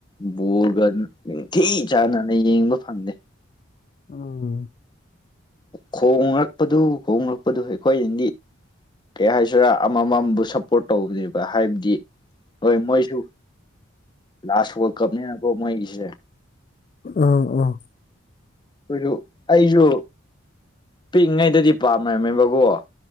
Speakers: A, on the left; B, on the left.
A: ꯕꯣꯔꯒ ꯅꯤꯡꯊꯤ ꯆꯥꯅꯅ ꯌꯦꯡꯕ ꯐꯪꯗꯦ
B: ꯎ
A: ꯈꯣꯡꯂꯛꯄꯗꯨ ꯈꯣꯡꯂꯛꯄꯗꯨ ꯑꯩꯈꯣꯏꯗꯤ ꯀꯩ ꯍꯥꯏꯁꯤꯔꯥ ꯑꯃꯃꯝꯕꯨ ꯁꯞꯄꯣꯔꯠ ꯇꯧꯕꯅꯦꯕ ꯍꯥꯏꯕꯗꯤ ꯍꯣꯏ ꯃꯣꯏꯁꯨ ꯂꯥꯁ ꯋꯥꯔꯜ ꯀꯞꯅꯤꯅꯀꯣ ꯃꯣꯏꯒꯤꯁꯦ
B: ꯑ ꯑꯣ
A: ꯀꯣꯏꯁꯨ ꯑꯩꯁꯨ ꯄꯤꯛꯏꯉꯩꯗꯗꯤ ꯄꯥꯝꯅꯔꯝꯃꯦꯕꯀꯣ